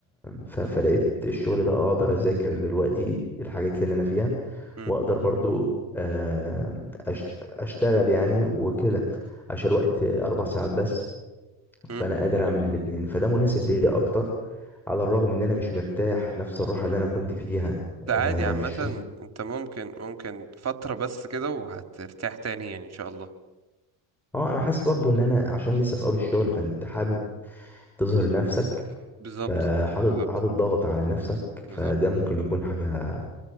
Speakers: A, in the centre; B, on the right (about 35°).
A: ف... فلقيت الشغل ده اقدر اذاكر دلوقتي الحاجات اللي انا فيها
B: امم
A: واقدر برضو آه أش- اشتغل يعني وكده عشان الوقت اربع ساعات بس فانا
B: امم
A: قادر اعمل الاتنين فده مناسب ليا اكتر على الرغم ان انا مش مرتاح نفس الراحة اللي انا كنت فيها آه
B: ده عادي عامة
A: في الشغل
B: انت ممكن ممكن فترة بس كده وهترتاح تاني يعني ان شاء الله
A: اه انا حاسس برضو ان انا عشان لسه في اول الشغل فانت حابب تظهر نفسك
B: بالظبط
A: فحاطط
B: بالظبط
A: حاطط ضغط على نفسك فده
B: بالظبط
A: ممكن يكون حاجة